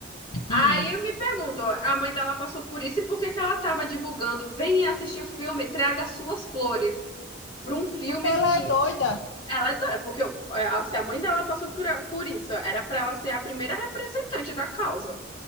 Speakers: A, on the left (about 25°); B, on the left (about 75°).
A: Aí
B: hum.
A: eu me pergunto, a mãe dela passou por isso e por que que ela estava divulgando? Venha assistir o filme, traga suas flores para um filme
B: porque ela
A: que
B: é doida.
A: ela é doida, porque é, se a mãe dela passou por, por isso, era para ela ser a primeira representante da causa.